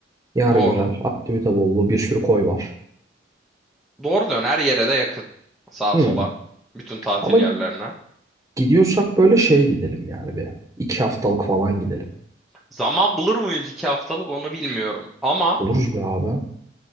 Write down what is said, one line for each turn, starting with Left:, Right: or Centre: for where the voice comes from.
Right: Yer
Centre: doğru.
Right: güzel. Aktivite bollu Bir sürü koy var.
Centre: Doğru dön her yere de yakın. Sağa
Right: Hmm.
Centre: sola bütün tatil
Right: Ama
Centre: yerlerine.
Right: gidiyorsak böyle şey gidelim yani bir. İki haftalık falan gidelim.
Centre: Zaman bulur muyuz iki haftalık onu bilmiyorum ama
Right: Buluruz be abi.